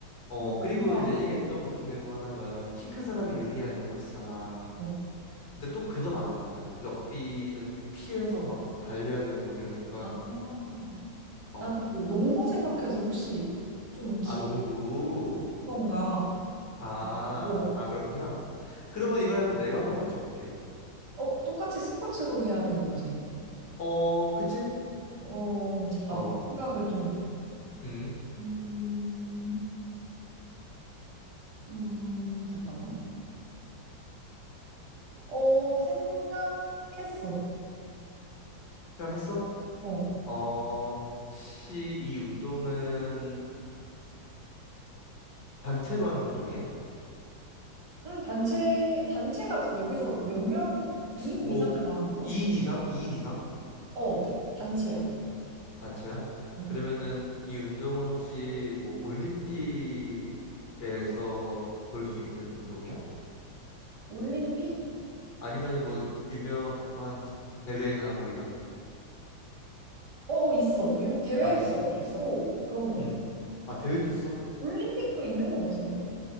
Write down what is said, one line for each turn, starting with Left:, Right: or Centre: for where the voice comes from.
Left: 어,
Right: 어,
Left: 그리고
Right: 뭔가,
Left: 이제 얘기했던
Right: 어, 어,
Left: 것 중에서 하나가 키 큰 사람이 유리하냐고 했잖아.
Right: 어.
Left: 근데 또 그건 아니잖아. 럭비는 또 피해서 막 달려야 되고 막 이러니까.
Right: 아,
Left: 어.
Right: 난그 농구 생각해서 혹시 좀 키
Left: 아, 농구.
Right: 건가?
Left: 아,
Right: 어, 물어봤
Left: 아, 그렇구나. 그러면 이번에 한번 내가 한번 맞춰볼게.
Right: 어, 똑같이 스포츠로 해야 되는 거지.
Left: 어, 그치?
Right: 어, 잠깐만.
Left: 어,
Right: 생각을 좀.
Left: 음,
Right: 음, 음, 잠깐만. 어, 생각했어.
Left: 생각했어?
Right: 어.
Left: 어, 혹시 이 운동은 단체로 하는 운동이야?
Right: 음, 단체, 단체가 여기서 몇 명, 2인
Left: 뭐
Right: 이상을 말하는 거야?
Left: 2인 이상? 이인 이상?
Right: 어, 다- 단체야.
Left: 단체야?
Right: 어.
Left: 그러면은 이 운동은 혹시 뭐 올림픽에서 볼 수 있는 운동이야?
Right: 올림픽?
Left: 아니면은 뭐 유명한 대회나 뭐 이런
Right: 어, 어, 있어. 유- 대회도
Left: 아 있어? 있어?
Right: 있고, 그런 것
Left: 응.
Right: 같아.
Left: 아 대회도 있어?
Right: 올림픽도 있는 것 같은데?